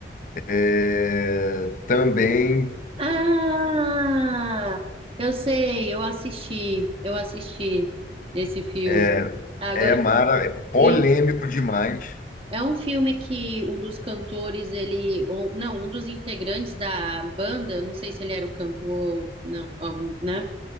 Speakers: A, on the left (about 45°); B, on the right (about 30°).
A: É, também
B: Ah, eu sei, eu assisti, eu assisti esse filme.
A: é,
B: Agora
A: é, mara, é polêmico
B: Isso.
A: demais.
B: É um filme que um dos cantores, ele, ou não, um dos integrantes da banda, não sei se ele era o cantor ou não, algum, né?